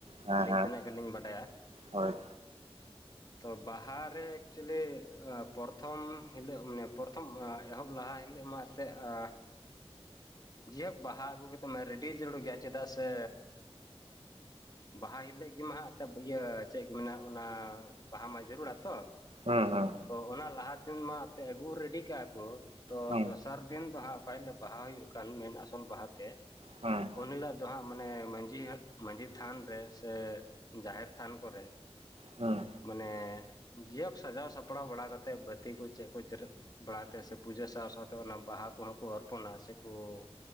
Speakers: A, on the right; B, on the left.
A: ᱦᱮᱸ
B: ᱟᱹᱞᱤᱧ
A: ᱦᱮᱸ
B: ᱛᱤᱱᱟᱹᱜ ᱜᱮᱞᱤᱧ ᱵᱟᱰᱟᱭᱟ।
A: ᱦᱳᱭ
B: ᱛᱚ ᱵᱟᱦᱟᱨᱮ ᱮᱠᱪᱩᱭᱮᱞᱤ ᱯᱨᱚᱛᱷᱚᱢ ᱦᱤᱞᱳᱜ ᱢᱟᱱᱮ ᱯᱨᱚᱛᱷᱚᱢ ᱮᱦᱚᱵ ᱞᱟᱦᱟ ᱦᱤᱞᱳᱜ ᱢᱟ ᱥᱮ ᱟ ᱡᱟᱭᱦᱳᱠ ᱵᱟᱦᱟ ᱟᱹᱜᱩ ᱠᱟᱛᱮᱫ ᱢᱮ ᱨᱮᱰᱤ ᱡᱟᱹᱨᱩᱲ ᱜᱮᱭᱟ ᱪᱮᱫᱟᱜ ᱥᱮ ᱵᱟᱦᱟ ᱦᱤᱞᱳᱜ ᱜᱮᱢᱟ ᱦᱟᱜ ᱮᱱᱛᱮᱫ ᱤᱭᱟᱹ ᱪᱮᱫ ᱠᱚ ᱢᱮ ᱚᱱᱟ। ᱵᱟᱦᱟ ᱢᱟ ᱡᱟᱹᱨᱩᱲᱟ ᱛᱚ।
A: ᱦᱮᱸ ᱦᱮᱸ।
B: ᱛᱚ ᱚᱱᱟ ᱞᱟᱦᱟ ᱫᱤᱱ ᱢᱟ ᱟᱯᱮ ᱟᱹᱜᱩ ᱨᱮᱰᱤ ᱠᱟᱜᱼᱟ ᱠᱚ। ᱛᱚ
A: ᱦᱩᱸ
B: ᱫᱚᱥᱟᱨ ᱫᱤᱱ ᱫᱚ ᱦᱟᱸᱜ ᱚᱠᱟ ᱦᱤᱞᱳᱜ ᱵᱟᱦᱟ ᱦᱩᱭᱩᱜ ᱠᱟᱱ ᱢᱮᱱ ᱟᱥᱩᱞ ᱵᱟᱦᱟ ᱛᱮ
A: ᱦᱩᱸ
B: ᱩᱱ ᱦᱤᱞᱳᱜ ᱫᱚ ᱦᱟᱸᱜ ᱢᱟᱱᱮ ᱢᱟᱺᱡᱷᱤ ᱢᱟᱺᱡᱷᱤ ᱛᱷᱟᱱ ᱨᱮ ᱥᱮ ᱡᱟᱦᱮᱨ ᱛᱷᱟᱱ ᱠᱚᱨᱮ
A: ᱦᱩᱸ
B: ᱢᱟᱱᱮ। ᱡᱤᱭᱳᱚᱠ ᱥᱟᱡᱟᱣ ᱥᱟᱯᱲᱟᱣ ᱵᱟᱲᱟ ᱠᱟᱛᱮᱫ ᱵᱟᱹᱛᱤ ᱠᱚ ᱪᱮᱫ ᱠᱚ ᱡᱮᱨᱮᱫ ᱵᱟᱲᱟ ᱛᱮ ᱥᱮ ᱯᱩᱡᱟᱹ ᱥᱟᱶ ᱥᱟᱶᱛᱮ ᱚᱱᱟ ᱵᱟᱦᱟ ᱠᱚᱦᱚᱸ ᱠᱚ ᱚᱨᱯᱚᱱᱟ ᱥᱮ। ᱳ